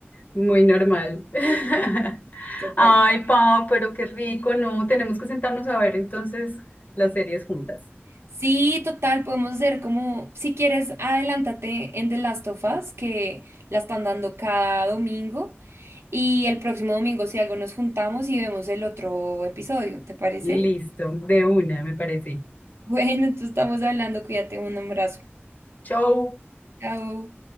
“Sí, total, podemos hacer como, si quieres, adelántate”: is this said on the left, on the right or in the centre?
Right